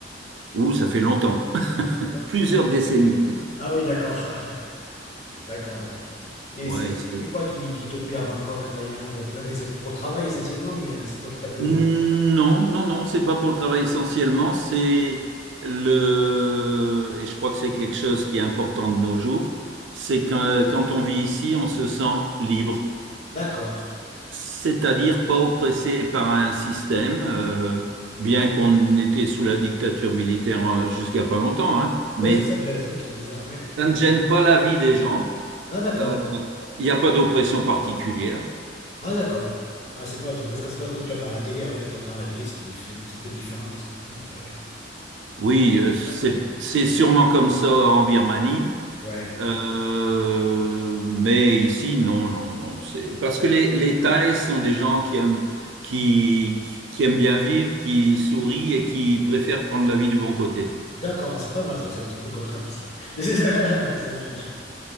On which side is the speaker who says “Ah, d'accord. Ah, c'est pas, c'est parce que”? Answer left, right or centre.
Left